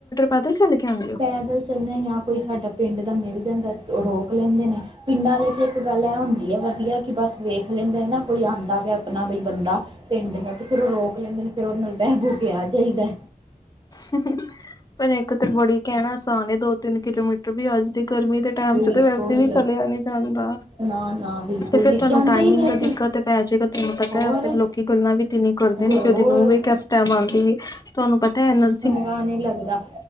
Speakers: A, on the left; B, on the right.
A: ਪੈਦਲ ਚੱਲ ਕੇ ਆਉਂਦੇ ਹੋ
B: ਪੈਦਲ ਚੱਲਨੇ ਜਾਂ ਕੋਈ ਸਾਡਾ ਪਿੰਡ ਦਾ ਮਿਲ- ਜਾਂਦਾ ਉਹ ਰੋਕ ਲੈਂਦੇ ਨੇ ।ਪਿੰਡਾਂ ਆਲੇ'ਚ ਇੱਕ ਗੱਲ ਏ ਹੁੰਦੀ ਐ ਵਧੀਆ ਕਿ ਬਸ ਵੇਖ ਲੈਂਦੇ ਨੇ ਕੋਈ ਆਂਦਾ ਪਿਆ ਆਪਣਾ ਵੀ ਬੰਦਾ ਪਿੰਡ ਦਾ ਤੇ ਫੇਰ ਉਹ ਰੋਕ ਲੈਂਦੇ ਨੇ ਫੇਰ ਉਹਦੇ ਨਾਲ ਬਹਿ ਬੂ ਕੇ ਆ ਜਾਈਦੈ।
A: ਹੂ ਹੂਹੂ ਪਰ ਇੱਕ ਤੇ ਬੜੀ ਕੈਣਾ ਅਸਾਨ ਏ ਦੋ ਤਿੰਨ- ਕਿਲੋਮੀਟਰ ਵੀ ਅੱਜ ਦੇ- ਗਰਮੀ ਦੇ ਟੈਮ'
B: ਬਿਲਕੁਲ
A: ਚ ਤੇ ਵੈਸੇ ਵੀ ਚਲਿਆ ਨੀ ਜਾਂਦਾ,
B: ਨਾ ਨਾ ਬਿਲਕੁਲ
A: ਤੇ ਫੇਰ
B: ਨਹੀਂ
A: ਤਾਨੂੰ
B: ਜਾਂਦੇ
A: ਟਾਈਮਿੰਗ
B: ਹੀ ਨਹੀਂ
A: ਦਾ
B: ਅਸੀਂ
A: ਦਿੱਕਤ ਤੇ ਪੈ ਜੇਗਾ। ਤਾਨੂੰ ਪਤਾ
B: ਹੋਰ
A: ਫੇਰ ਲੋਕੀ ਗੱਲਾਂ ਵੀ ਤੇ ਏਨੀ ਕਰਦੇ ਨੇ
B: ਹੋਰ
A: ਕਿ ਉਦੀ ਨੂੰਹ ਵੀ ਕੈਸ ਟੈਮ ਆਂਦੀ ਏ। ਤੁਹਾਨੂੰ ਪਤਾ ਐ ਨਰ-
B: ਪਤਾ ਨੀ ਲੱਗਦਾ।